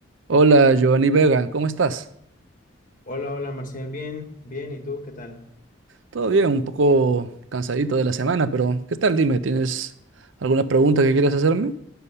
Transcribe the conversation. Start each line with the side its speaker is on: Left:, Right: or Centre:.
Right: Hola, Giovanni Vega, ¿cómo estás?
Left: Hola, hola Marcial, bien, bien, ¿y tú qué tal?
Right: Todo bien, un poco cansadito de la semana, pero ¿qué tal? Dime, ¿tienes alguna pregunta que quieras hacerme?